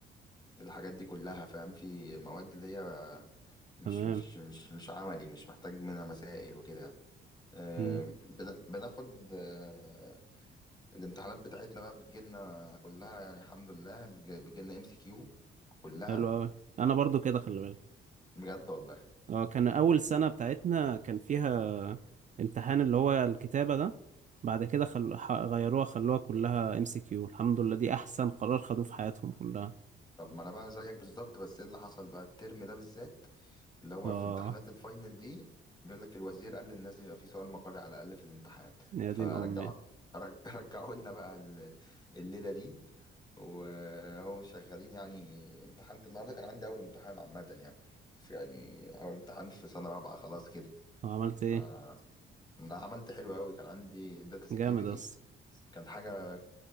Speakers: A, on the left; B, on the right.
A: الحاجات دي كلها فاهم في مواد اللي هي مش
B: تمام
A: مش مش مش عملي مش محتاج منها مسائل وكده آه،
B: مم.
A: بن- بناخد آه، الامتحانات بتاعتنا بقى بتجيلنا كلها يعني الحمد لله بتج- بتجيلنا ام سي كيو كلها
B: حلو قوي انا برضو كده خلي بالك
A: بجد والله
B: اه كان اول سنة بتاعتنا كان فيها امتحان اللي هو الكتابة ده بعد كده خل... ح- غيروها خلوها كلها ام سي كيو الحمد لله دي احسن قرار خدوه في حياتهم كلها
A: طب ما انا بقى زيك بالظبط بس ايه اللي حصل بقى الترم ده بالذات اللي هو
B: اه
A: في امتحانات الفاينل دي بيقول لك الوزير قال ان لازم يبقى في سؤال مقالي على الاقل في الامتحان
B: يا
A: فرجع
B: دين امي
A: رج- <laughs> رجعوا لنا بقى ال- الليله دي وهو شغالين يعني امتحنت النهارده كان عندي اول امتحان عامه يعني في يعني اول امتحان في سنه رابعه خلاص كده
B: عملت ايه
A: ف انا عملت حلو قوي كان عندي داتا سكيورتي
B: جامد اصلا
A: كان حاجة